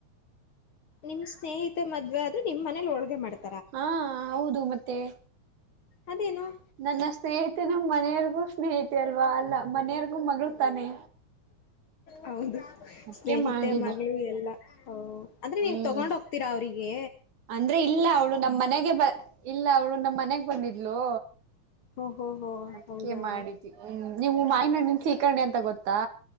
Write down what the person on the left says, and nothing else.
ನಿಮ್ ಸ್ನೇಹಿತ ಮದ್ವೆೆ ಆದ್ರೆ ನಿಮ್ ಮನೇಲಿ ಹೋಳ್ಗೆ ಮಾಡ್ತ
ಅದೇನು?
ಹೌದು
ಸ್ನೇಹಿತೆ
ಮಗಳು ಎಲ್ಲಾ ಹ ಅಂದ್ರೆ
ನೀವು ತಗೊಂಡ ಹೋಗ್ ೀರಾ ಅವರಿಗೆ
ಓಹೋ ಹೋ ಹೋ
ಹೌದಾ